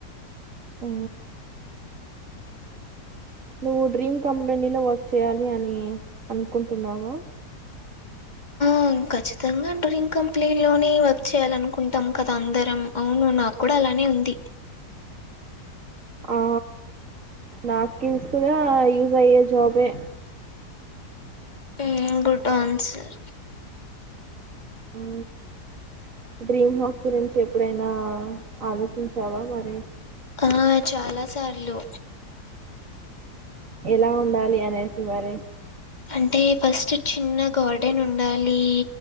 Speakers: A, on the right (about 50°); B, on the left (about 25°).
A: ఊ నువ్వు డ్రీమ్ కంపెనీలో వర్క్ చేయాలి అని అనుకుంటున్నావా
B: అవును ఖచ్చితంగా డ్రీమ్ కంపెనీలోనే వర్క్ చేయాలనుకుంటాం కదా అందరం అవును నాకు కూడా అలానే ఉంది
A: ఆ నా స్కిల్స్ కూడా యూస్ అయ్యే జాబే
B: ఉమ్ గుడ్ అన్సర్
A: ఊ డ్రీమ్ హౌస్ గురించి ఎప్పుడైనా ఆలోచించావా మరి
B: ఆ చాలా సార్లు
A: ఎలా ఉండాలి అనేసి మరి
B: అంటే ఫస్ట్ చిన్న గార్డెన్ ఉండాలి